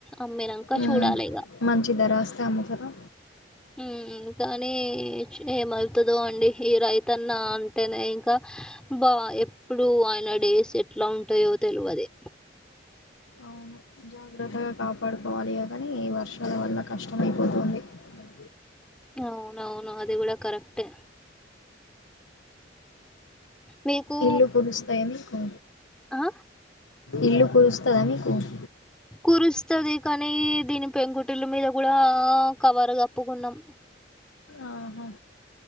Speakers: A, in the centre; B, on the left.
A: అమ్మినంకా
B: మ్మ్.
A: చూడాలిగా
B: మంచి ధర వస్తే అమ్ముతారా
A: ఉమ్మ్ కానీ ఏమవుతుందో అండి ఈ రైతన్న అంటేనే ఇంకా బా ఎప్పుడు ఆయన మా డేస్ ఎట్లా ఉంటాయో తెలవది
B: అవును జాగ్రత్తగా కాపాడుకోవాలి కానీ ఈ వర్షాల వల్ల కష్టమైపోతుంది అ
A: అవునవును అది కూడా కరెక్టే మీకు
B: ఇల్లు కురుస్తాయా మీకు
A: ఆ
B: ఇల్లు కురుస్తుందాని కూర్
A: కురుస్తది కానీ దీని పెంకుటిల్లు మీద కూడా కవర్ కప్పుకున్నాం
B: ఆహా